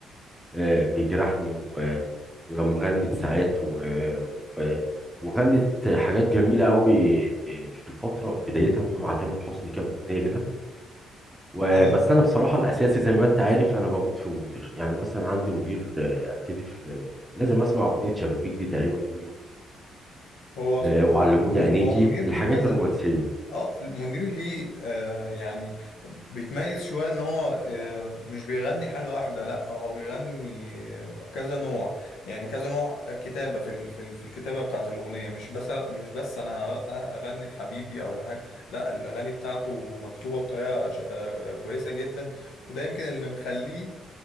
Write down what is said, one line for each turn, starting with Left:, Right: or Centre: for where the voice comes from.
Centre: آه، بيجرحني و... ولما غنت ساعات و... و... وغنت حاجات جميلة قوي في الفترة في بدايتها مع تامر حسني كام أغنية كده وبس
Left: انا
Centre: أنا بصراحة الأساسي زي ما أنت عارف أنا بموت في منير يعني مثلا عندي منير آه، أبتدي في لازم أسمع أغنية شبابيك دي تقريبا كل يوم
Left: هو هو
Centre: آه، وعلموني
Left: هو
Centre: عينيكي
Left: هو منير
Centre: الحاجات
Left: ليه كذا
Centre: الرومانسية
Left: اه منير ليه آه يعني بيتميز شويه ان هو آه مش بيغني حاجه واحده لا هو بيغني آه، كذا نوع يعني كذا نوع آه، كتابه في ال- في ال- في الكتابه بتاعت الاغنيه مش بس مش بس انا اغني لحبيبي او لحاجه لا الاغاني بتاعته مكتوبه بطريقه ش- آه، آه، كويسه جدا وده يمكن اللي مخليه